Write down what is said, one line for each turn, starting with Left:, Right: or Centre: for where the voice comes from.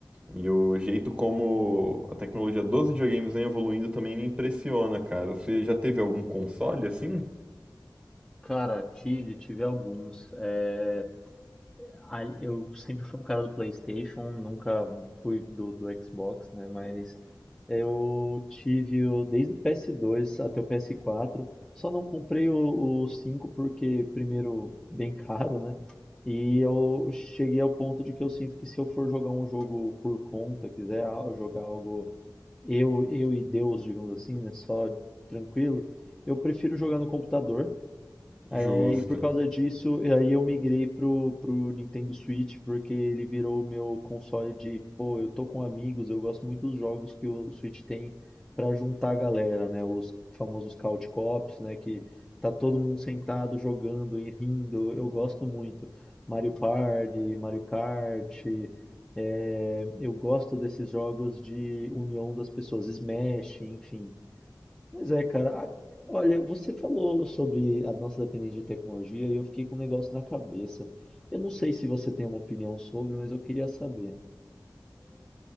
Right: e o jeito como a tecnologia dos videogames vem evoluindo também me impressiona, cara. Você já teve algum console assim?
Centre: Cara, tive, tive alguns. É, ali- Eu sempre fui um cara do PlayStation, nunca fui do, do Xbox, né? Mas eu tive o- desde o PS2 até o PS4. Só não comprei o, o 5 porque, primeiro, bem caro, né? E eu cheguei ao ponto de que eu sinto que se eu for jogar um jogo por conta, quiser al- jogar algo eu, eu e Deus, digamos assim, né? Só tranquilo, eu prefiro jogar no computador.
Right: Justo.
Centre: É, e por causa disso, e aí eu migrei pro, pro Nintendo Switch, porque ele virou o meu console de, pô, eu tô com amigos, eu gosto muito dos jogos que o Switch tem pra juntar a galera, né? Os famosos couch co-ops, né? Que tá todo mundo sentado jogando e rindo, eu gosto muito. Mario Party, Mario Kart, é, eu gosto desses jogos de união das pessoas, Smash, enfim. Mas é, cara. A- Olha, você falou sobre a nossa dependência de tecnologia e eu fiquei com um negócio na cabeça. Eu não sei se você tem uma opinião sobre, mas eu queria saber.